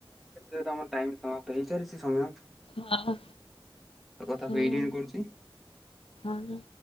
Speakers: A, in the centre; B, on the left.
A: ଏ ଯ ଆମ ଟାଇ ସମପ୍ ହେଇାରିଛି ସମୟ
B: ହ
A: ତ କଥାକୁ
B: ହଁ
A: ଏଇଠି ଏଣ୍ଡ କରୁଛି।
B: ହଁ।